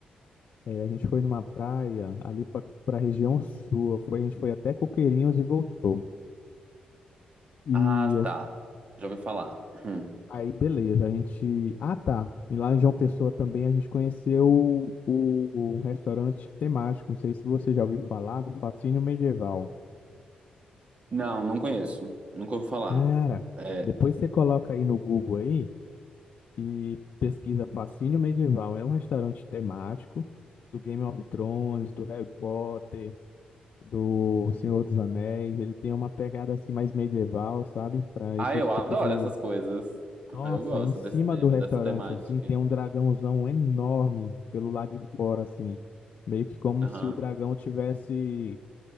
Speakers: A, on the left; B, on the right.
A: eh, a gente foi numa praia ali para a região sul, foi, a gente foi até Coqueirinhos e voltou. E
B: Ah, tá. Já ouvi falar. Hum.
A: Aí, beleza, a gente. Ah, tá. E lá em João Pessoa também a gente conheceu o, o restaurante temático. Não sei se você já ouviu falar do Fascínio Medieval.
B: Não, não conheço. Nunca ouvi falar.
A: Cara,
B: É,
A: depois você coloca aí no Google aí e pesquisa Fascínio Medieval. É um restaurante temático do Game of Thrones, do Harry Potter, do Senhor dos Anéis. Ele tem uma pegada assim mais medieval, sabe? Para
B: Ah,
A: esse
B: eu
A: tipo
B: adoro
A: de
B: essas coisas.
A: Nossa,
B: Eu gosto
A: em cima
B: desse tema,
A: do restaurante,
B: dessa temática.
A: assim, tem um dragãozão enorme pelo lado de fora, assim. Meio que como
B: Aham.
A: se o dragão tivesse